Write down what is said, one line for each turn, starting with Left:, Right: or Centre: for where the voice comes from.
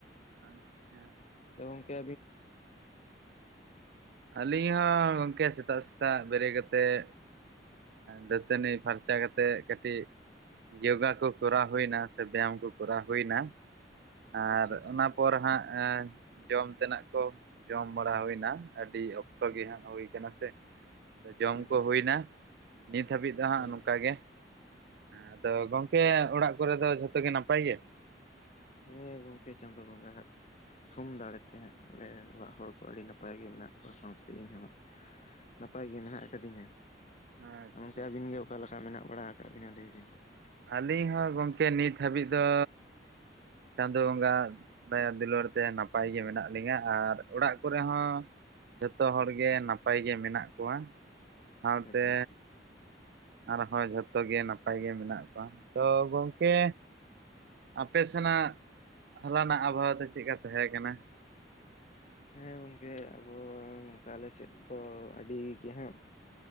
Right: ᱟᱪᱪᱷᱟ
Left: ᱛᱚ ᱜᱚᱝᱠᱮ
Right: ᱟᱹᱞᱤᱧ ᱦᱚᱸ ᱜᱚᱢᱠᱮ ᱥᱮᱛᱟᱜ ᱥᱮᱛᱟᱜ ᱵᱮᱨᱮᱫ ᱠᱟᱛᱮᱫ ᱫᱟᱹᱛᱟᱹᱱᱤ ᱯᱷᱟᱨᱪᱟ ᱠᱟᱛᱮᱜ ᱠᱟᱹᱴᱤᱡ ᱡᱳᱜᱟ ᱠᱚ ᱠᱚᱨᱟᱣ ᱦᱩᱭᱱᱟ ᱥᱮ ᱵᱮᱭᱟᱢ ᱠᱚ ᱠᱚᱨᱟᱣ ᱦᱩᱭᱱᱟ᱾ ᱟᱨ
Left: ᱟᱪᱪᱷᱟ ᱟᱪᱪᱷᱟ
Right: ᱚᱱᱟ ᱯᱚᱨ ᱦᱟᱸᱜ ᱡᱚᱢ ᱛᱮᱱᱟᱜ ᱠᱚ ᱡᱚᱢ ᱵᱟᱲᱟ ᱦᱩᱭᱱᱟ ᱟᱹᱰᱤ ᱚᱠᱛᱚ
Left: ᱦᱮᱸ
Right: ᱜᱮ ᱦᱜ ᱦᱩᱭ ᱠᱟᱱᱟ ᱥᱮ ᱟᱫᱚ ᱡᱚᱢ
Left: ᱦᱮᱸ
Right: ᱠᱚ ᱦᱩᱭᱱᱟ ᱱᱤᱛ ᱦᱟᱹᱵᱤᱡ ᱫᱚ ᱦᱟᱸᱜ
Left: ᱦᱳᱭ
Right: ᱱᱚᱝᱠᱟ ᱜᱮ ᱟᱫᱚ ᱜᱚᱝᱠᱮ ᱚᱲᱟᱜ ᱠᱚᱨᱮ ᱫᱚ ᱡᱷᱚᱛᱚ ᱜᱮ ᱱᱟᱯᱟᱭ ᱜᱮᱭᱟ?
Left: ᱦᱮᱸ ᱜᱚᱢᱠᱮ ᱪᱟᱸᱫᱚ ᱵᱚᱸᱜᱟ ᱦᱟᱜ ᱛᱷᱩᱢ ᱫᱟᱲᱮᱛᱮ ᱟᱞᱮ ᱚᱲᱟᱜ ᱦᱚᱲ ᱠᱚ ᱟᱹᱰᱤ ᱱᱟᱯᱟᱭ ᱜᱮ ᱢᱮᱱᱟᱜ ᱠᱚᱣᱟ ᱥᱟᱶᱛᱮ ᱤᱧᱦᱚᱸ ᱱᱟᱯᱟᱭ ᱜᱮ ᱢᱮᱱᱟᱜ ᱟᱠᱟᱫᱤᱧᱟ
Right: ᱟᱪᱪᱷᱟ
Left: ᱜᱚᱢᱠᱮ ᱟᱹᱵᱤᱱ ᱜᱮ ᱚᱠᱟ ᱞᱮᱠᱟ ᱢᱮᱱᱟᱜ ᱵᱟᱲᱟ ᱠᱟᱜ ᱵᱤᱱᱟ ᱞᱟᱹᱭ ᱵᱤᱱ ᱠᱟᱹᱴᱤᱡ?
Right: ᱟᱹᱞᱤᱧ ᱦᱚᱸ ᱜᱚᱢᱠᱮ ᱱᱤᱛ ᱦᱟᱹᱵᱤᱡ ᱫᱚ ᱪᱟᱸᱫᱚ ᱵᱚᱸᱜᱟ ᱫᱟᱭ ᱫᱩᱞᱟᱹᱲ ᱛᱮ ᱱᱟᱯᱟᱭ ᱜᱮ ᱢᱮᱱᱟᱜ ᱞᱤᱧᱟᱹ ᱟᱨ ᱚᱲᱟᱜ ᱠᱚᱨᱮ ᱦᱚᱸ ᱡᱚᱛᱚ ᱦᱚᱲᱜᱮ ᱱᱟᱯᱟᱭ ᱜᱮ ᱢᱮᱱᱟᱜ ᱠᱚᱣᱟ ᱥᱟᱶᱛᱮ
Left: ᱟᱪᱪᱷᱟ ᱟᱪᱪᱷᱟ
Right: ᱟᱨᱦᱚᱸ ᱡᱷᱚᱛᱚ ᱜᱮ ᱱᱟᱯᱟᱭ ᱜᱮ ᱢᱮᱱᱟᱜ ᱠᱚᱣᱟ ᱛᱚ ᱜᱚᱢᱠᱮ ᱟᱯᱮ ᱥᱮᱱᱟᱜ ᱦᱚᱞᱟᱱᱟᱜ ᱟᱵᱷᱟᱣᱟ ᱫᱚ ᱪᱮᱫᱮᱠᱟ ᱛᱟᱦᱮᱸ ᱠᱟᱱᱟ?
Left: ᱦᱮᱸ ᱜᱚᱝᱠᱮ ᱟᱵᱚ ᱱᱚᱝᱠᱟ ᱟᱞᱮ ᱥᱮᱫ ᱫᱚ ᱟᱹᱰᱤ ᱜᱮ ᱦᱟᱸᱜ